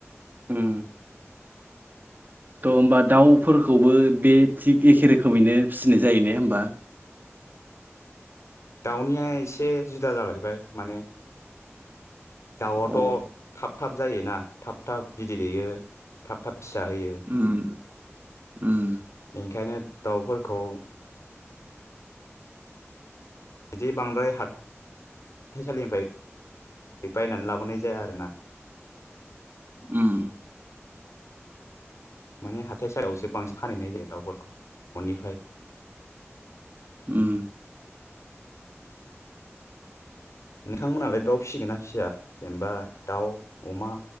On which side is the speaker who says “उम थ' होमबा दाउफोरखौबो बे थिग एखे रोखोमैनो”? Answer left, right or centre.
Right